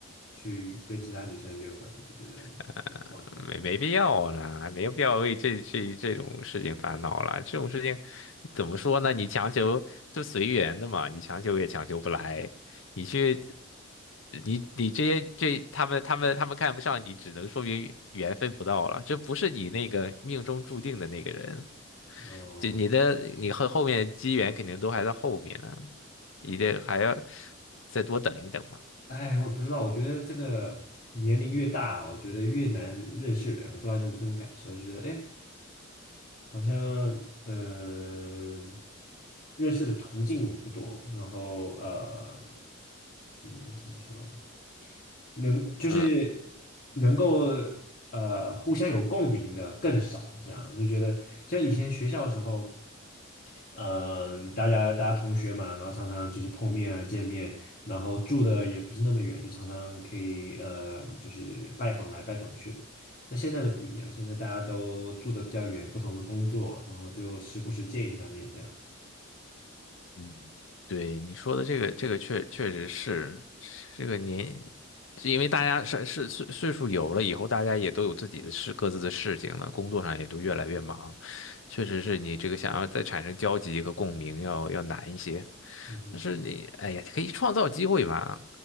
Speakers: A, on the left (about 40°); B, on the left (about 65°).
A: 去跟其他女生约会，就觉得也放放。
B: 呃，没没必要啦，没有必要为这这这种事情烦恼啦。这种事情怎么说呢？你强求就随缘的嘛，你强求也强求不来。你去，你你这些这他们他们他们看不上你，只能说明缘分不到了，这不是你那个命中注定的那个人。
A: 哦，
B: 就你的你后后面机缘肯定都还在后面呢，你得还要再多等一等嘛。
A: 哎，我不知道，我觉得这个年龄越大，我觉得越难认识人。我不知道你有没有这种感受，就觉得哎，好像嗯、呃认识的途径不多，然后呃，嗯，怎么说，能就是能够
B: 嗯
A: 呃互相有共鸣的更少，这样就觉得像以前学校的时候。嗯、大家大家同学嘛，然后常常就是碰面啊、见面，然后住的也不是那么远，就常常可以呃，就是拜访来拜访去的。那现在就不一样，现在大家都住的比较远，不同的工作，然后就时不时见一下面这样。
B: 嗯，对你说的这个这个确确实是这个年，是因为大家是是岁岁数有了以后，大家也都有自己的事各自的事情了，工作上也都越来越忙。确实是你这个想要再产生交集和共鸣要要难一些，
A: 嗯
B: 但是你哎呀，可以创造机会嘛，